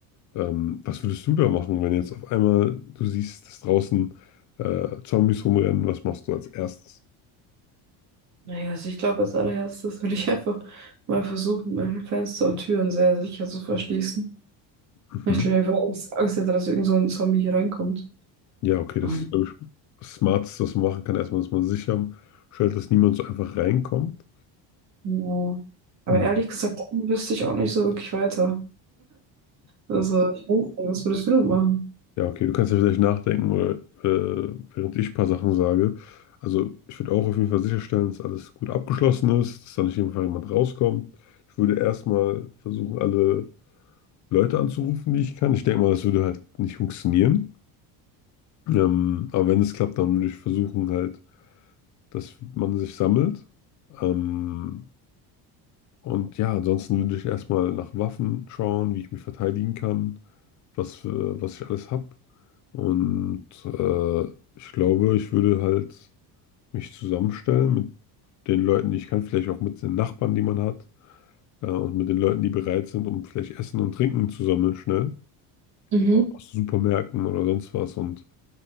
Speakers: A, on the left; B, on the right.
A: Ähm, was würdest du da machen, wenn jetzt auf einmal du siehst, dass draußen äh, Zombies rumrennen? Was machst du als erstes?
B: Naja, also ich glaube, als allererstes würde ich einfach mal versuchen, meine Fenster und Türen sehr sicher zu verschließen.
A: Mhm.
B: Ich glaube, ich war Angst, Angst hätte, dass irgend so ein Zombie hier reinkommt.
A: Ja, okay,
B: Und,
A: das ist, glaube ich, das Smarteste, was man machen kann. Erstmal, dass man sicher stellt, dass niemand so einfach reinkommt.
B: ja. Aber
A: Mhm.
B: ehrlich gesagt, dann wüsste ich auch nicht so wirklich weiter. Also, ich weiß nicht, was würdest du denn machen?
A: Ja, okay, du kannst ja vielleicht nachdenken oder äh, während ich ein paar Sachen sage. Also ich würde auch auf jeden Fall sicherstellen, dass alles gut abgeschlossen ist, dass da nicht einfach jemand rauskommt. Ich würde erstmal versuchen, alle Leute anzurufen, die ich kann. Ich denke mal, das würde halt nicht funktionieren. Ähm, aber wenn es klappt, dann würde ich versuchen halt, dass man sich sammelt. Ähm, und ja, ansonsten würde ich erstmal nach Waffen schauen, wie ich mich verteidigen kann, was, für, was ich alles habe. Und äh, ich glaube, ich würde halt mich zusammenstellen mit den Leuten, die ich kann, vielleicht auch mit den Nachbarn, die man hat, äh, und mit den Leuten, die bereit sind, um vielleicht Essen und Trinken zu sammeln, schnell,
B: Mhm.
A: aus Supermärkten oder sonst was. Und